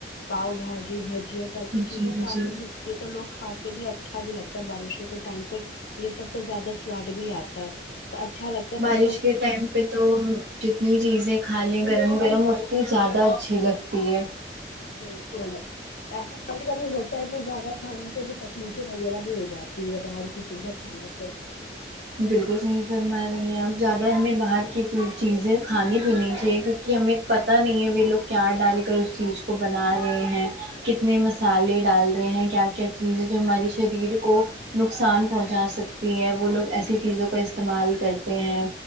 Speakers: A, on the left; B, on the right.
A: پاؤ بھاجی بجیا ٹائپ کی چیزیں
B: جی
A: کافی
B: جی
A: تو لوگ کھاتے بھی اچھا بھی لگتا ہے بارشوں کے ٹائم پہ یہ سب کا زیادہ سواد بھی آت ا تو اچھا لگتا ہے
B: بارش
A: سب لوگ
B: کے ٹائم پہ تو جتنی چیزیں کھا لیں گرم گرم اتنی زیادہ اچھی لگتی ہے
A: بالکل ایسا کبھی کبھی ہوتا ہے کہ زیادہ کھانے سے بھی ایچنگ وغیرہ بھی ہو جاتی ہے باہر کی چیزیں کھانے سے
B: بالکل صحیح فرما رہی ہیں اب زیادہ ہمیں باہر کی چیزیں کھانی بھی نہیں چاہیے کیونکہ ہمیں پتا نہیں ہے وہ لوگ کیا ڈال کر اس چیز کو بنا رہے ہیں کتنے مس الے ڈال رہے ہیں کیا کیا چیزیں جو ہماری شریر کو نقصان پہنچا سکتی ہے وہ لوگ ایسی چیزوں کا استعمال کرتے ہیں